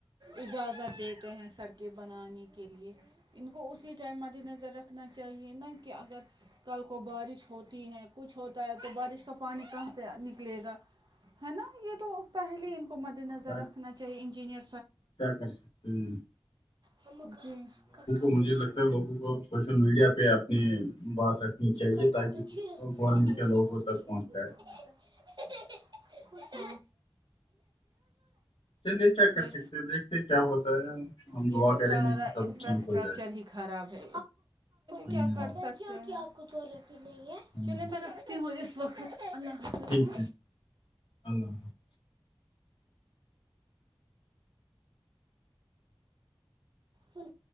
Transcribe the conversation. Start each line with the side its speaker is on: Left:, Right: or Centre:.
Right: اجازت دیتے ہیں سڑکیں بنانے کے لیے ان کو اسی ٹائم مد نظر رکھنا چاہیے نا کہ اگر کل کو بارش ہوتی ہے کچھ ہوتا ہے تو بارش کا پانی کہاں سے ن لے گا ہے نا یہ تو پہلے ان کو مد نظر
Left: کیا
Right: رکھنا چاہیے انجینئر
Left: کیا کر سکتے ہیں ہوں
Right: ہم ککا
Left: مجھے
Right: پر چھ
Left: لگتا ہے لوگوں کو سوشل میڈیا پہ اپنی بات رکھنی چاہیے
Right: کپڑر
Left: تاکہ
Right: جو اس ورورت
Left: گورنمنٹ کے لوگوں تک
Right: انن
Left: پہنچ
Right: ب
Left: جائے
Right: ت
Left: چلیے کیا کر
Right: یہ
Left: سکتے ہیں دیکھتے ہیں کیا ہوتا ہے ہم
Right: یہ
Left: دعا
Right: تو
Left: کریں
Right: سارا
Left: گے کہ سب
Right: انفراسٹرکچر
Left: ٹھیک ہو جائے
Right: ہی خراب ہے
Left: ہوں
Right: کیا کر سک کیوںکہ آپ کو ق رتی نہیں ہے
Left: ہوں
Right: چلے میں رکھتی ہوں اس وقت اللہ حافظ سنو
Left: ٹھیک ہے اللہ حافظ
Right: فل